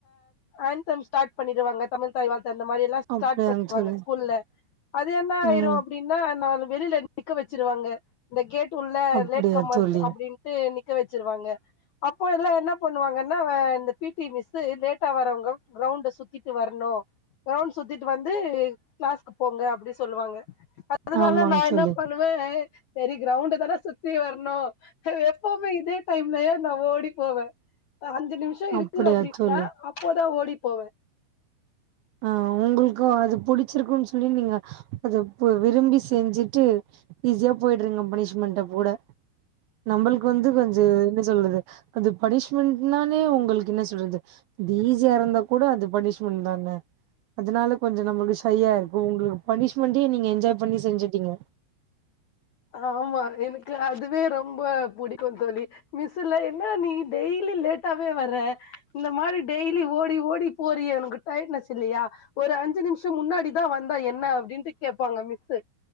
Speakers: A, on the left; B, on the right.
A: ஆந்தம் ஸ்டாட் பண்ணிருவாங்க தமிழ்த்தாய் வாழ் த்து அந்த மாரில்லா ஸ்டாட்
B: அப்டியாங்க
A: பண்ணிடுவாங்க
B: தோழி
A: ஸ்கூல்ல அது என்னா ஆயிரு
B: ம்
A: அப்டின்னா என்ன வெளில நிக்க வச்சிருவாங்க இந்த கேட் உள்ள
B: அப்படியா
A: லேட் கம்மர்ஸ்
B: தோழி
A: அப்டின்ட்டு நிக்க இத வச்சுருவாங்க அப்போ எல்லா என்ன பண்ணுவாங்கனா இந்த பி டி மிஸ்ஸு லேட்டா வரவங்க கிரவுண்டு சுத்திட்டு வரணு கிரவுண்ட் சுத்திட்டு வந்து கிளாஸ்க்கு போங்க அப்டி சொல்லுவாங்க அதனால
B: ஆமாங்க
A: நா
B: தோழி
A: என்ன பண்ணுவே செரி கிரௌண்ட் தானே சுத்தி வரணு எப்பவுமே இதே டைம்லயே நா ஓடி போவே இப்ப அஞ்சு நிமிஷ இருக்கு
B: அப்படியா
A: அப்டின்னா
B: தோழி
A: அப்போதா ஓடிப் போவே
B: ஆ உங்களுக்கு அது புடிச்சிருக்குன்னு சொல்லி நீங்க அத விரும்பி செஞ்சு ட்டு ஈஸியா போயிடிரிங்க பனிஷ்மெண்ட்டப் கூட நம்மளுக்கு வந்து கொஞ்சோ என்ன சொல்றது அந்த பனிஷ்மெண்ட்னாலே உங்களுக்கு என்ன சொல்றது தே ச்சியா இருந்தா கூட அது பனிஷ்மெண்ட் தான அதனால கொஞ்சோ நம்மளுக்கு ஷைய்யா இருக்கோ உங்களுக்கு பனிஷ்மெண்டே நீங்க என்ஜாய் பண்ணி செஞ்சுட்டீங்க
A: அ ஆமா எனக்கு அதுவே ரொம்ப புடிக்கு தோழி மிஸ்ஸுலா என்ன நீ டெய்லி லேட்டாவே வர இந்த மாரி டெய்லி ஓடி ஓடி போறியே உனக்கு டயடனஸ் இல்லயா ஒரு அஞ்சு நிமிஷோ முன்னாடிதா வந்தா என்ன அப்டின்ட்டு கேப்பாங்க மிஸ்ஸு